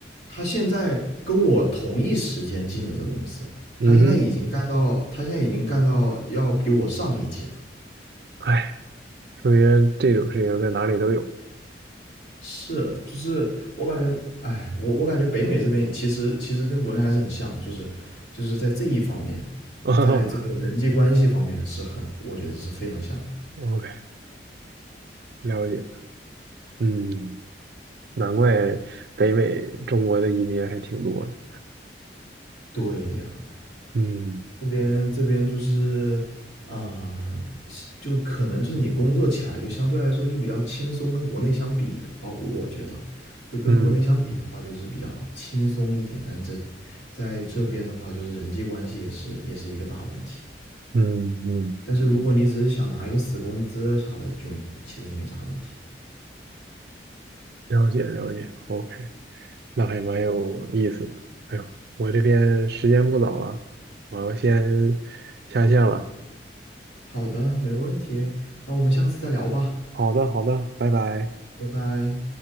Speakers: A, on the left (about 85°); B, on the right (about 60°).
A: 他现在跟我同一时间进的这个公司，
B: 嗯哼，
A: 他现在已经干到，他现在已经干到要比我上一级了。
B: 哎，首先这种事情在哪里都有。
A: 是，就是我感觉，哎，我我感觉北美这边其实其实跟国内还是很像，就是就是在这一方面，
B: <laughs> 哦
A: 在这个人际关系方面是很，我觉得是非常像的
B: OK，了解。嗯，难怪北美中国的移民还挺多的。
A: 对的呀，
B: 嗯
A: 这边这边就是啊、呃就可能就是你工作起来就相对来说就比较轻松，跟国内相比的话，我觉得就跟国内相比的话，
B: 嗯
A: 就是比较轻松一点。但这在这边的话，就是人际关系也是也是一个大问题。
B: 嗯嗯，
A: 但是如果你只是想拿一个死工资啥的，就其实也没啥问题。
B: 了解了解。OK，那还蛮有意思的。哎呦，我这边时间不早了，我要先下线了。
A: 好的，没问题，那我们下次再聊吧，
B: 好的好的，拜拜。
A: 拜拜。